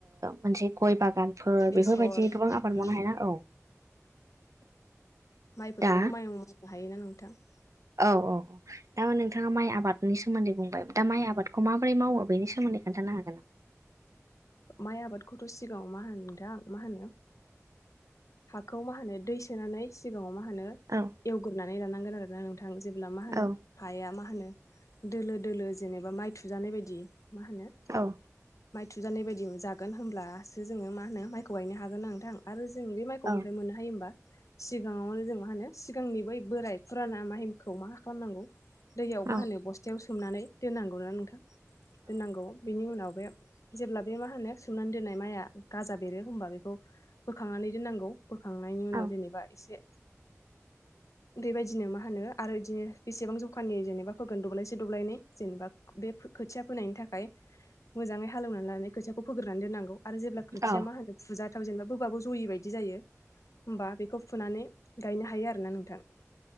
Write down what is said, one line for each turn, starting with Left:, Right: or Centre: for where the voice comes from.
Right: मोनसे गय बागानफोर
Left: बेसर
Right: बेफोरबायदि
Left: उम
Right: गोबां आबाद मावनो हायना औ।
Left: माइफोरखौबो
Right: दा
Left: माइ मावनो हायोना नोंथां।
Right: औ औ औ दा नोंथाङा माइ आबादनि सोमोन्दै बुंबाय दा माइ आबाद। खौ माबोरै मावो बेनि सोमोन्दै खोन्थानो हागोन नामा।
Left: माइ आबादखौथ' सिगाङाव मा होनो नोंथां मा होनो? हाखौ मा होनो दै सोनानै सिगाङाव मा होनो? मा होनो
Right: औ
Left: एवगोरानै लानांगोन आरोना नोंथां जेब्ला मा होनो
Right: औ
Left: हाया मा होनो? दोलो दोलो जेनेबा माइ थुजानाय बायदि मा होनो?
Right: औ
Left: माइ थुजानाय बायदि जागोन होनब्लासो जोङो मा होनो माइखौ गायनो हागोन नोंथां आरो। जों बे माइखौ
Right: औ
Left: बबेनिफ्राय मोननो हायो होमबा। सिगाङावनो जों मा होनो सिगांनि बै बोराय फुराना माइखौ मा खालामनांगौ? दैयाव मा
Right: औ
Left: होनो बस्थायाव सोमनानै दोननांगौना नोंथां दोननांगौ बिनि उनाव बे। जेब्ला बे मा होनो सोमनानै दोननाय माइआ गाजा बेरो होनोमबा बेखौ बोखांनानै दोननांगौ। बोखांनायनि उनाव
Right: औ
Left: जेनेबा एसे। बेबायदिनो मा होनो आरो बिदिनो बेसेबां जखानि जेनेबा फोगोन दब्लायसे दब्लायनै जेनेबा बे। खोथिया फोनायनि थाखाय मोजाङै। हालेवनानै लानानै खोथियाखौ फोग्रोनानै दोननांगौ आरो जेब्ला खोथिया
Right: औ
Left: मा होनो फुजाथाव जेनबा बोबाबो जयि बायदि जायो। होमबा बेखौ फुनानै गायनो हायो आरोना नोंथां